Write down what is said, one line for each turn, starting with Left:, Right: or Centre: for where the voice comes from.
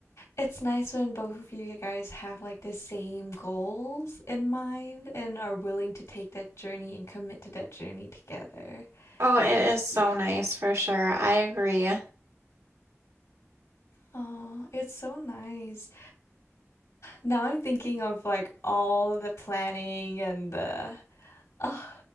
Left: It's nice when both of you guys have like the same goals in mind and are willing to take that journey and commit to that journey together.
Right: Oh,
Left: It
Right: it
Left: just,
Right: is so
Left: yeah.
Right: nice for sure. I agree.
Left: Oh, it's so nice. Now I'm thinking of like all the planning and the, <sighs> oh,